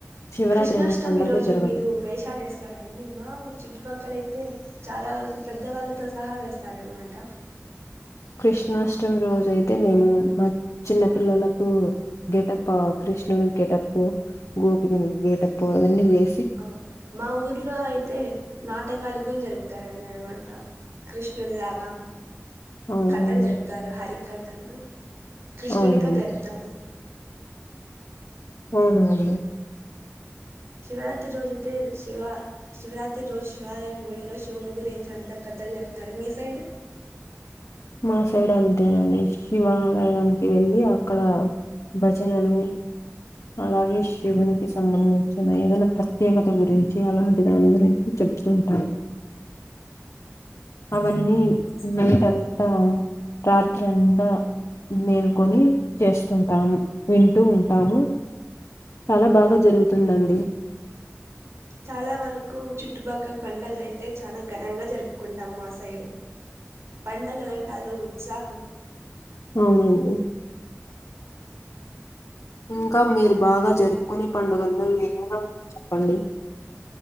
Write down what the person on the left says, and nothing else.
శివరాత్రి
అనే పండగే
జరగదు.
కృష్ణాష్టమి రోజు అయితే మేము మా చిన్న పిల్లలకు గెటప్ఆ కృష్ణుడి గేటప్పు గోపీకలు గేటప్పు అవన్నీ వే
అవునండి.
అవునవును.
అవునండి
మా అంతేనండి శివాలయానికి వెళ్ళి అక్కడ భజనలు అలాగే శివునికి సంబంధించిన ఏదైనా ప్రత్యేకత గురించి అలాంటి దాని గురించి చె ఇట్లుంటై అవన్నీ నైట్ అంతా రాత్రి అంతా మేల్కొని చేస్తుంటాము వింటూ ఉంటాము చాలా బాగా జరుగుతుందండి
అవును ఇంకా మీరు బాగా జరుపుకునే పండుగల్లో ఏమైనా ఉంది చెప్పండి